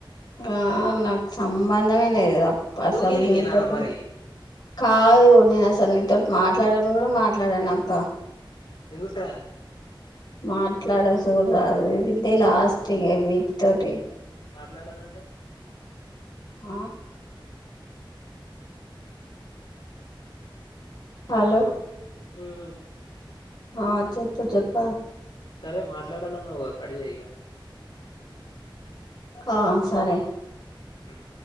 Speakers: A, on the left; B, on the left.
A: బా నాకు సంబంధమే లేదుగా అసలు
B: టూ కే నీకేనారా
A: నీతోటి
B: మరి
A: కాదు నే అసలు నీతోటి మాట్లాడ ను కూడా మాట్లాడాను అప్ప
B: ఎందుకూర
A: మాట్లాడ సూడ్రా ఇదే లాస్ట్ ఇగ వీట్తోటి
B: మాట్లాడానంటే
A: ఆ హలో
B: హమ్ ఉం
A: ఆ చెప్పు చెప్ప
B: సరే మాట్లాడాన్నావుగా కట్చై ఈగ
A: ఆ సరే
B: ఆ